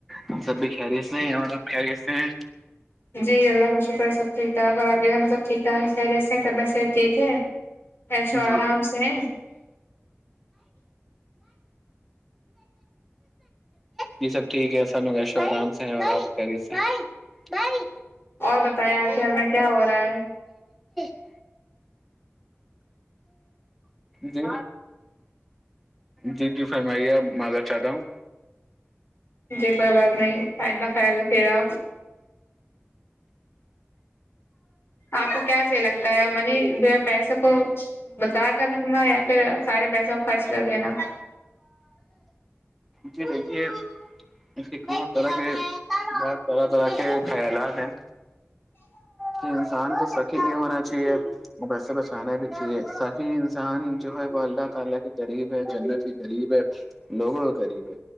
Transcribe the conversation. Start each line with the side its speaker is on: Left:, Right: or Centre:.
Centre: ہم سب بھی خیریت سے ہیں اور ہم خیریت سے ہیں
Left: جی اللہ کا شکر سب ٹھیک ٹھاک اور آپ کے گھر میں سب ٹھیک ٹھاک ہیں خیریت سے طبعت صحت ٹھیک ہے ایشو
Centre: جی
Left: آرام سے ہیں
Centre: جی سب ٹھیک ہے سب ایشو آرام سے ہیں اور آپ خیریت سے ہیں
Left: اور بتائیں آپ کے گھر میں کیا ہو رہا ہے
Centre: <unintelligible> جی جی جی فرمائیے معزرت چاہتا ہوں
Left: جی کوئی بات نہیں ائندہ خیال رکھے گا آپ کو کیا صحیح لگتا ہے منی جو ہے پیسے کو بچہ کر رکھنا یا پھر سارے پیسوں کو خرچ کر دینا
Centre: جی دیکھئے اسکی کیمت الگ ہے اور طرح طرح کے خیالات ہیں کہ انسان کو سخ کہ یہ ہونا چاہیے بسے بچانا بھی چاہیے سخی انسان جو ہے وہ اللہ تعالی کی قریب ہے جنت کے قریب ہے لوگوں کے قریب ہے